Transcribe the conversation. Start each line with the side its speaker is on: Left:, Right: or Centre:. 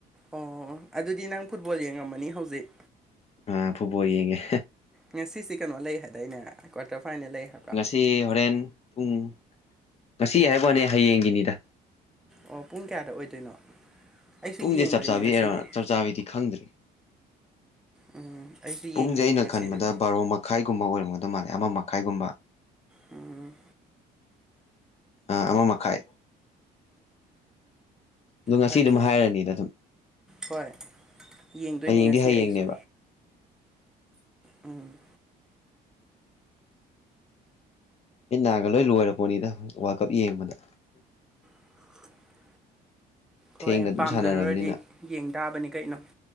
Centre: ꯑꯣ ꯑꯗꯨꯗꯤ ꯅꯪ ꯐꯨꯠꯕꯣꯜ ꯌꯦꯡꯉꯝꯃꯅꯤ ꯍꯧꯖꯤꯛ
Left: ꯑ ꯐꯨꯠꯕꯣꯜ ꯌꯦꯡꯉꯦ
Centre: ꯉꯁꯤꯁꯦ ꯀꯩꯅꯣ ꯂꯩ ꯍꯥꯏꯗꯥꯏꯅꯦ ꯀ꯭ꯋꯥꯇ꯭ꯔ ꯐꯥꯏꯅꯦꯜ ꯂꯩ ꯍꯥꯏꯕ꯭ꯔꯥ
Left: ꯇꯤ ꯍꯣꯔꯦꯟ ꯄꯨꯡ ꯉꯁꯤ ꯍꯥꯏꯕ ꯋꯥꯅꯤ ꯍꯌꯦꯡꯒꯤꯅꯤꯗ
Centre: ꯑꯣ ꯄꯨꯡ ꯀꯌꯥꯗ ꯑꯣꯏꯗꯣꯏꯅꯣ ꯑꯩꯁꯨ
Left: ꯄꯨꯡꯁꯦ
Centre: ꯌꯦꯡꯗꯣꯏꯅꯦ
Left: ꯆꯞ ꯆꯥꯕꯤ
Centre: ꯉꯁꯤꯗꯤ
Left: ꯑꯦꯔꯥꯎ꯭ꯟ ꯆꯞ ꯆꯥꯕꯤꯗꯤ ꯈꯪꯗ꯭ꯔꯤ
Centre: ꯎꯝ ꯑꯩꯁꯨ ꯌꯦꯡꯗꯣꯏꯅꯦ
Left: ꯄꯨꯡꯖꯦ ꯑꯩꯅ
Centre: ꯉꯁꯤꯗꯤ
Left: ꯈꯟꯕꯗ ꯕꯥꯔꯣ ꯃꯈꯥꯏꯒꯨꯝꯕ ꯑꯣꯏꯔꯝꯒꯗꯧ ꯃꯥꯜꯂꯦ ꯑꯃ ꯃꯈꯥꯏꯒꯨꯝꯕ
Centre: ꯎꯝ
Left: ꯑꯥ ꯑꯃ ꯃꯈꯥꯏ ꯑꯗꯣ ꯉꯁꯤ
Centre: ꯐꯔꯦꯅꯦ
Left: ꯑꯗꯨꯝ ꯍꯥꯏꯔꯅꯤꯗ ꯑꯗꯨꯝ
Centre: ꯍꯣꯏ ꯌꯦꯡꯗꯣꯏꯅꯤ
Left: ꯍꯌꯦꯡꯗꯤ
Centre: ꯉꯁꯤ
Left: ꯍꯌꯦꯡꯅꯦꯕ
Centre: ꯑꯩꯁꯨ ꯎꯝ
Left: ꯃꯤꯠ ꯅꯥꯒ ꯂꯣꯏ ꯂꯣꯏꯔꯄꯣꯠꯅꯤꯗ ꯋꯥꯔ꯭ꯜ ꯀꯞ ꯌꯦꯡꯕꯗ
Centre: <unintelligible>
Left: ꯊꯦꯡꯅ
Centre: ꯍꯣꯏꯅꯦ
Left: ꯑꯗꯨꯝ
Centre: ꯄꯥꯝꯖꯔꯨꯔꯗꯤ
Left: ꯁꯥꯟꯅꯔꯕꯅꯤꯅ
Centre: ꯌꯦꯡ ꯇꯥꯕꯅꯤ ꯀꯩꯅꯣ